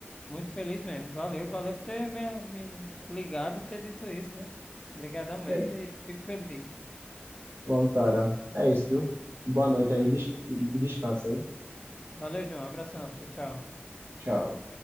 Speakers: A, on the left (about 20°); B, on the right (about 75°).
A: muito feliz mesmo. Valeu, valeu por ter me, me ligado e ter dito isso, né? Obrigadão mesmo
B: E aí?
A: e fico feliz.
B: Pronto, cara. É isso, viu? Boa noite aí, des- e e descansa, hein?
A: Valeu, João. Abração. Tchau, tchau.
B: Tchau.